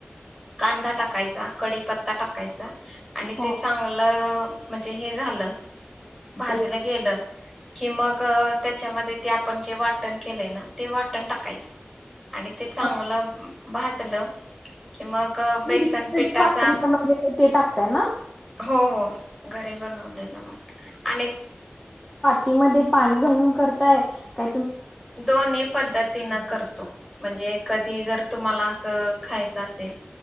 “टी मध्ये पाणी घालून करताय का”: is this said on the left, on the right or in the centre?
Left